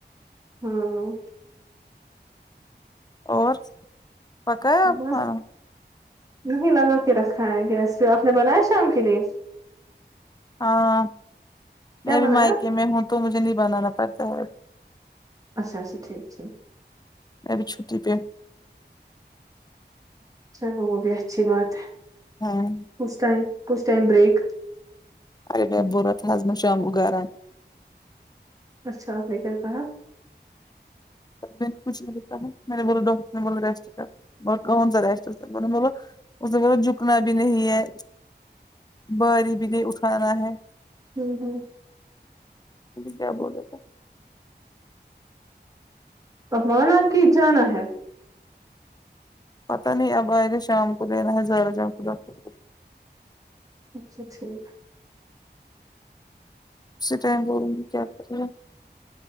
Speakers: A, on the right; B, on the left.
A: ہوں
B: اور پکایا آپ
A: بس
B: کھانا
A: نہیں لگا کے رکھا ہے گیس پہ آپ نے بنایا شام کے لیے
B: ہاں
A: کیا
B: میں بھی
A: بنایا
B: مائکے میں ہوں تو مجھے نہیں بنانا پڑتا ہے
A: اچھا اچھا ٹھیک ٹھیک
B: ابھی چھٹی پہ ہوں
A: چلو وہ بھی اچھی بات ہے
B: ہاں
A: کچھ ٹائم کچھ ٹائم بریک
B: ارے بائی اب بول رہا تھا اج میں شام کو گھر آو
A: اچھا آپ نے کیا کہا
B: اب کچھ نی ہوتا ہے میں نے بولا ڈاکٹر نے بولا ریسٹ کر کونسا ریسٹ مینے بولا اس نے بولا جھکنا بھی نہیں ہے باری بھی نہیں اٹھانا ہے
A: ہوں ہوں
B: کیا بولے گا
A: پمانا کی جانا ہے
B: پتا نہیں اب آئے گا شام کو لینا ہے زارہ جان خدا <unintelligible>
A: اچھا ٹھیک
B: اسی ٹائم کو بولو مجھے کیا کرے ہے